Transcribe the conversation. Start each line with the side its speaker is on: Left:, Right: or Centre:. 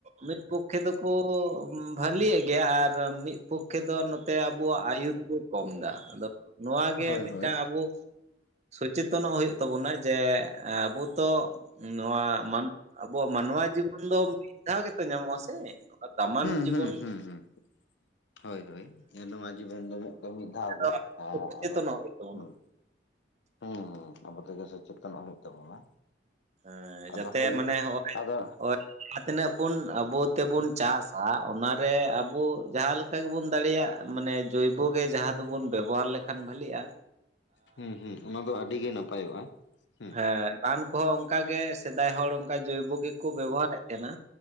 Right: ᱢᱤᱫ ᱯᱚᱠᱠᱷᱮ ᱫᱚᱠᱚ ᱵᱷᱟᱞᱤᱭᱮᱜ ᱜᱮᱭᱟ ᱟᱨ ᱢᱤᱫ ᱯᱚᱠ ᱠᱷᱮ ᱫᱚ ᱱᱚᱛᱮ ᱟᱵᱚᱣᱟᱜ ᱟᱭᱩ ᱫᱚᱠᱩ ᱠᱚᱢ ᱮᱫᱟ ᱟᱫᱚ ᱱᱚᱣᱟᱜᱮ
Left: ᱦᱳᱭ
Right: ᱢᱤᱫᱴᱟᱝ
Left: ᱦᱳᱭ
Right: ᱟᱵᱚ ᱥᱚᱪᱮᱛᱚᱱᱚᱜ ᱦᱩᱭᱩᱜ ᱛᱟᱵᱚᱱᱟ ᱡᱮ ᱟᱵᱚ ᱛᱚ ᱱᱚᱣᱟ ᱢᱟᱱ ᱟᱵᱚᱣᱟᱜ ᱢᱟᱱᱣᱟ ᱡᱤᱵᱚᱱ ᱫᱚ ᱢᱤᱫ ᱫᱷᱟᱣ ᱜᱮᱛᱚ ᱧᱟᱢᱚᱜᱼᱟ ᱥᱮ ᱱᱚᱣᱟ ᱫᱟᱢᱟᱱ ᱡᱤᱵᱚᱱ
Left: ᱦᱩᱸ ᱦᱩᱸ ᱦᱩᱸ᱾ ᱦᱳᱭ ᱦᱳᱭ ᱱᱚᱣᱟ ᱡᱤᱵᱚᱱ ᱫᱚ ᱢᱤᱫ ᱫᱷᱟᱣ
Right: ᱨᱮᱫᱚ
Left: ᱜᱮ,
Right: ᱥᱚᱪᱮᱛᱚᱱᱚᱜ
Left: ᱟᱫᱚ
Right: ᱦᱩᱭᱩᱜ ᱛᱟᱵᱚᱱᱟ
Left: ᱦᱩᱸ ᱦᱩᱸ ᱦᱸ, ᱟᱵᱚ ᱛᱮᱜᱮ ᱥᱚᱪᱮᱛᱚᱱᱚᱜ ᱦᱩᱭᱩᱜ ᱛᱟᱵᱚᱱᱟ᱾
Right: ᱦᱮᱸ
Left: ᱟᱫᱚ
Right: ᱡᱟᱛᱮ
Left: ᱦᱳᱭ
Right: ᱢᱟᱱᱮ ᱦᱚᱜᱼᱚᱭ
Left: ᱟᱫᱚ
Right: ᱚᱨ ᱡᱟᱦᱟᱸ ᱛᱤᱱᱟᱹᱜ ᱵᱚᱱ ᱟᱵᱚ ᱛᱮᱵᱚᱱ ᱪᱟᱥᱟ ᱚᱱᱟᱨᱮ ᱟᱵᱚ ᱡᱟᱦᱟᱸ ᱞᱮ ᱠᱟ ᱜᱮᱵᱚᱱ ᱫᱟᱲᱮᱭᱟᱜ ᱢᱟᱱᱮ ᱡᱳᱭᱵᱚ ᱜᱮ ᱡᱟᱦᱟᱸ ᱫᱚᱵᱚᱱ ᱵᱮᱵᱚᱦᱟᱨ ᱞᱮᱠᱷᱟᱱ ᱵᱷᱟᱹᱞᱤᱜᱼᱟ᱾
Left: ᱦᱩᱸ ᱦᱩᱸ ᱚᱱᱟ ᱫᱚ ᱟᱹᱰᱤ ᱜᱮ ᱱᱟᱯᱟᱭᱚᱜᱼᱟ ᱦᱩᱸ᱾
Right: ᱦᱮᱸ ᱨᱟᱱ ᱠᱚᱦᱚᱸ ᱚᱱᱠᱟᱜᱮ ᱥᱮᱫᱟᱭ ᱦᱚᱲ ᱚᱱᱠᱟ ᱡᱳᱭᱵᱚ ᱜᱮᱠᱚ ᱵᱮᱵᱚᱦᱟᱨᱮᱫ ᱛᱟᱦᱮᱱᱟ᱾